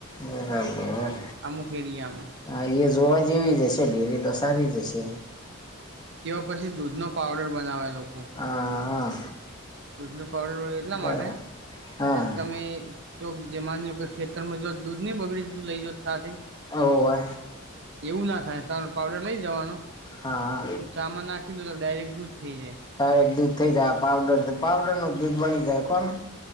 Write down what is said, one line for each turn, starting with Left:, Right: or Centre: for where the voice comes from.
Left: બરાબર
Right: અમુખ એરિયામાં
Left: હા એ જોવા જેવી જ હશે ડેરી તો સારી જ હશે.
Right: તે પછી દૂધ નો પાવડર બનાવે લોકો
Left: હા
Right: દૂધ નો પાવડર હોય, એટલા
Left: બરાબર
Right: માટે
Left: હા
Right: એક તમે ચોક જે માની લો કે ખેતરમાં જો દૂધ નહી બગડીધું લઇ જા સાથે
Left: ઓવે
Right: એવું ના થાય ચ પાવડર લઈ જવાનો
Left: હા
Right: ચામા નાખી દો તો ડાયરેક્ટ દૂઝ થઈ જાય.
Left: હા એક દૂધ થઇ જાય પાવડર પાવડર નું દૂધ બની જાય કોને